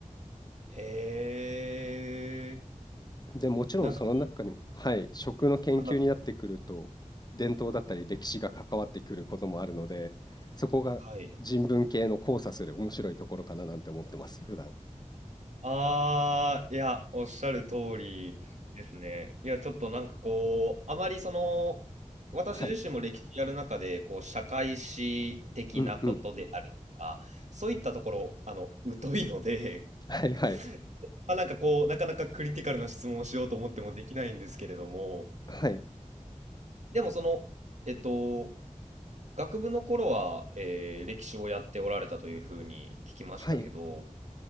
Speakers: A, on the right; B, on the left.
A: へえ、
B: で、もちろんその中にも、
A: なんか、
B: はい、食の研究になってくると、
A: あな
B: 伝統だったり歴史が関わってくることもあるので、そこが人文系の交差する面白いところかななんて思ってます、
A: はい。
B: 普段。
A: あー、いや、おっしゃる通りですね。いや、ちょっとなんかこう、あまりその、私自身も歴史やる中で、
B: はい。
A: こう、社会史的なことであるとか、
B: うんうん。
A: そういったところ、あの、疎いので、
B: はいはい。
A: <laughs> まあ、なんかこう、なかなかクリティカルな質問をしようと思ってもできないんですけれども、
B: はい。
A: でもその、えっと、学部の頃は、えー歴史をやっておられたというふうに聞きましたけど、
B: はい。